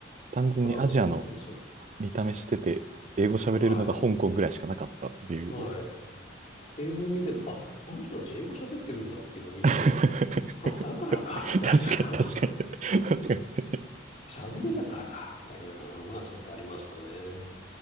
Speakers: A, on the right; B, on the left.
A: 単純にアジアの
B: だからそうなんですよ。
A: 見た目してて、英語喋れるのが香港ぐらいしかなかったっていう。
B: はい。はい。映像を見てて、あ、この人たち英語喋ってるんだっていうのを見て、
A: <laughs> 確
B: あ、だからか、
A: かに、
B: みたいな。
A: 確かに。
B: <laughs>
A: 確かに。
B: 喋れたからか、みたいなのがちょっとありましたね。